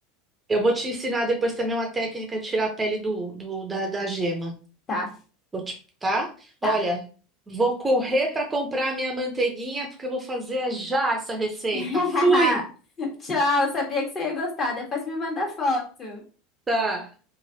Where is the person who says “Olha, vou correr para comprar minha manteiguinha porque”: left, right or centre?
Right